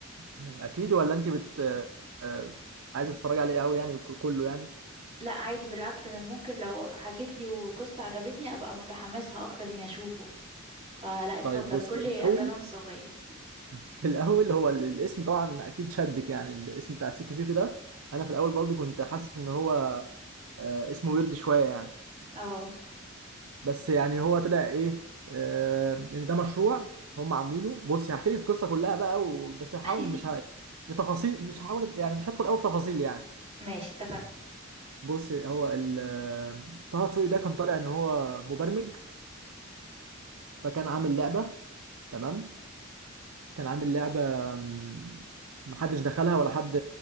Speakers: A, on the right; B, on the right.
A: مم، اكيد ولا انت بت آه، آه، عايزه تتفرجي عليه قوي يعني ك- كله يعني
B: لا عادي بالعكس انا ممكن لو حكيت لي وقصه عجبتني ابقى متحمسها اكتر اني اشوفه فلا اتفضل
A: طيب بص
B: كل
A: هو في
B: اذان
A: الاول
B: صغير
A: في الاول هو ال- الاسم طبعا اكيد شدك يعني الاسم بتاع سيكو سيكو ده انا في الاول برضو كنت حاسس ان هو آه، اسمه ويرد شويه يعني
B: اه
A: بس يعني هو طلع ايه آه، ان ده مشروع هم عاملينه بص هحكي لك القصه كلها بقى و... بس هحاول
B: <laughs>
A: مش ه... بتفاصيل مش هحاول يعني مش هدخل قوي في تفاصيل يعني
B: ماشي اتفقنا
A: بص هو ال... آه، طه دسوقي ده كان طالع ان هو مبرمج فكان عامل لعبه تمام كان عامل لعبة مم، محدش دخلها ولا حد